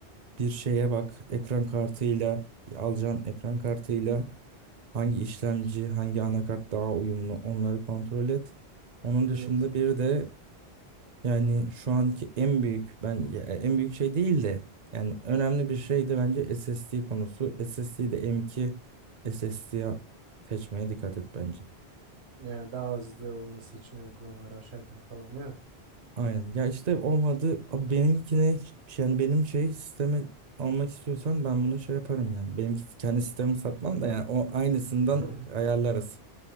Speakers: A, on the right; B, on the right.
A: bir şeye bak. Ekran kartıyla alacağın ekran kartıyla hangi işlemci, hangi anakart daha uyumlu onları kontrol et. Onun
B: Evet.
A: dışında bir de yani şu anki en büyük ben en büyük şey değil de yani önemli bir şey de bence SSD konusu. SSD'yi de m M.2 SSD'ye seçmeye dikkat et bence.
B: Yani daha hızlı olması için uygulamaları açarken falan değil mi?
A: Aynen. Ya işte olmadı. Abi Benimkine yani benim şey sistemi almak istiyorsan ben bunu şey yaparım yani. Benimki kendi sistemi satmam da yani o aynısından
B: <laughs>
A: ayarlarız.